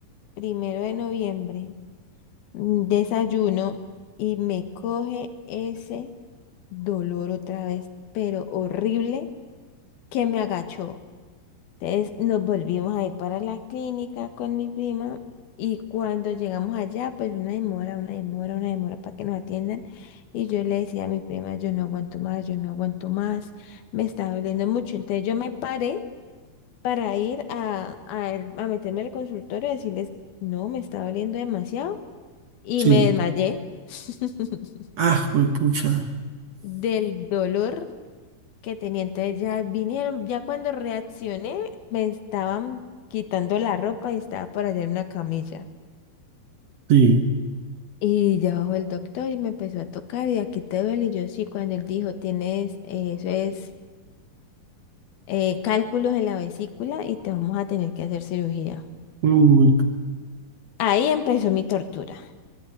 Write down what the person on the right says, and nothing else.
sí.
Ah, pues pucha.
Sí.
Uy.